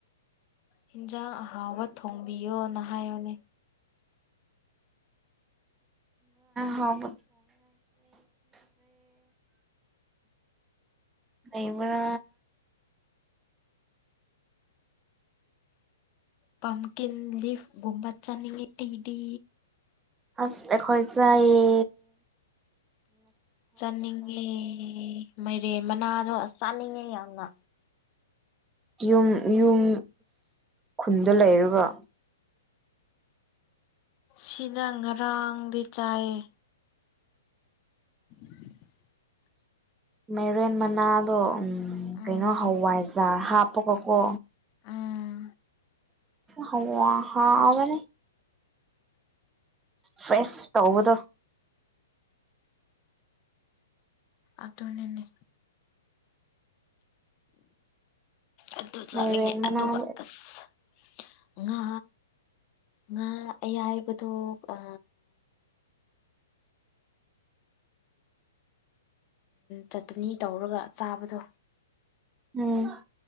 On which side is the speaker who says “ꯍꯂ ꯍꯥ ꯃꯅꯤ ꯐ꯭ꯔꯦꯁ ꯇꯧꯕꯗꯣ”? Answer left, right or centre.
Right